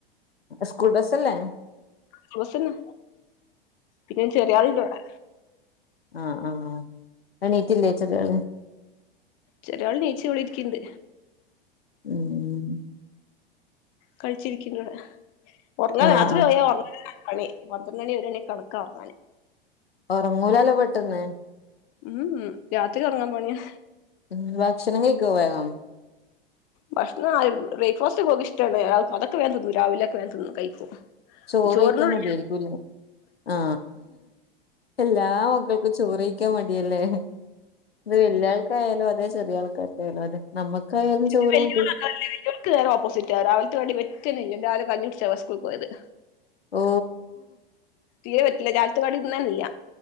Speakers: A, on the left; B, on the left.
A: സ്കൂൾ ബസ്സല്ലേ
B: ക്കൂൾ ബസ്സെന്നെ പിന്നെ ചെറിയാള്ണ്ട് വടെ
A: ആ ആ എണീറ്റില്ലേ ചെറിയാള്
B: ചെറിയാള് നീച്ച് വടെ ഇരിക്ക്ണ്ട്
A: ഉം ഉം
B: കളിച്ചിരിക്ക്ണ്ട് വടെ ഒർങ്ങാ
A: ആഹ്
B: രാത്രി
A: ആഹ്
B: വെരെ <unintelligible> കളി പന്ത്രണ്ടണി വെരെ കണക്കാ ഒറങ്ങാന്
A: ഒറങ്ങൂലല്ലോ പെട്ടെന്ന്
B: ഉം ഉം രാത്രി ഒർങ്ങാ പണിയാ
A: ഉം ഭക്ഷണം കഴിക്കോ വേഗം
B: ഭക്ഷണം ആ ബ്രേക്ക്ഫാസ്‌റ്റൊക്കെ ഓക്ക് ഇഷ്ട്ടാണ് അതൊക്കെ വേഗം തിന്നും രാവിലൊക്കെ വേം തിന്നും കഴിക്കും
A: ചോറ്കഴിക്കാൻ
B: ചോറിനോട്
A: മടിയായിരിക്കുംല്ലേ ആ എല്ലാ മക്കക്കും ചോറ്കഴിക്കാൻ മടിയല്ലേ ൻ്റെ വെല്ല്യാൾക്ക് ൽതായാലും അതെ ചെറിയാൾക്കാര്ക്കായാലും അതെ നമ്മക്കായാലും
B: ഇൻ്റെ
A: ചോറ്
B: വല്ല്യൊള്
A: മടിയാ
B: അങ്ങനല്ല വല്ല്യൊൾക്ക് നേരോപ്പോസിറ്റാ രാവിൽത്തെ കടി പറ്റെന്നല്ല രാവിലെ കഞ്ഞികുടിച്ചാ സ്കൂള് പോയത്
A: ഓ
B: തീരെ പറ്റ്ല രാവിൽത്തെ കടി ന്നല്ല